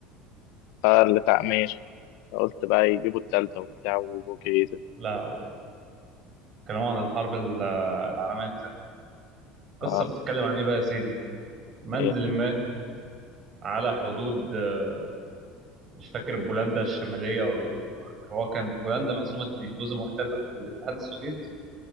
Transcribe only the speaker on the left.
اه اللي بتاع ماشي قلت بقى يجيبوا التالتة وبتاع ويبقوا كريتيف
اه
ايه